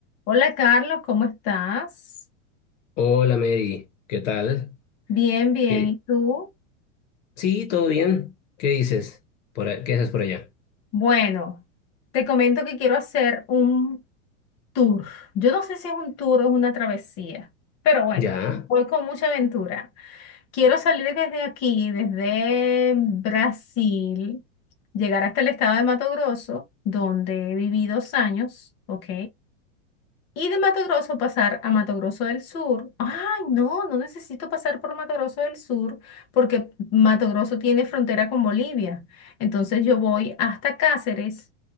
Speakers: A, on the left; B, on the left.
A: Hola Carlos, ¿cómo estás?
B: Hola Mary, ¿qué tal?
A: Bien, bien.
B: ¿Qué-
A: ¿Y tú?
B: Sí, todo bien. ¿Qué dices? Por ahí- ¿Qué haces por allá?
A: Bueno, te comento que quiero hacer un tour. Yo no sé si es un tour o es una travesía, pero bueno,
B: Ya,
A: voy con mucha aventura. Quiero salir desde aquí, desde Brasil, llegar hasta el estado de Mato Grosso, donde viví dos años, ¿ok? Y de Mato Grosso pasar a Mato Grosso del Sur. Ay, no, no necesito pasar por Mato Grosso del Sur porque Mato Grosso tiene frontera con Bolivia. Entonces yo voy hasta Cáceres